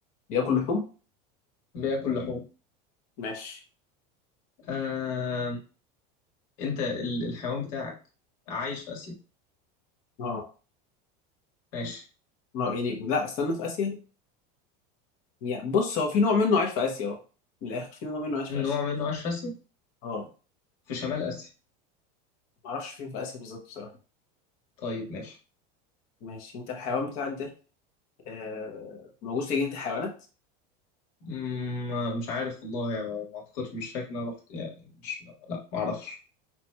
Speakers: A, on the left (about 40°); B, on the left (about 60°).
A: بياكل لحوم
B: بياكل لحوم
A: ماشي
B: آه. انت ال- الحيوان بتاعك عايش في آسيا
A: اه
B: ماشي
A: ما هو يعني لا استنى في آسيا يعني بص هو في نوع منه عايش في آسيا اه من الآخر في نوع منه عايش
B: نوع
A: في آسيا
B: منه عاش فاسد
A: اه
B: في شمال آسيا
A: معرفش فين في آسيا بالظبط بصراحة
B: طيب ماشي
A: ماشي انت الحيوان بتاعك ده آه موجود في جنينة الحيوانات
B: مم، مش عارف والله يعني ما اعتقدش مش فاكر ان انا رحت يعني مش لا ما اعرفش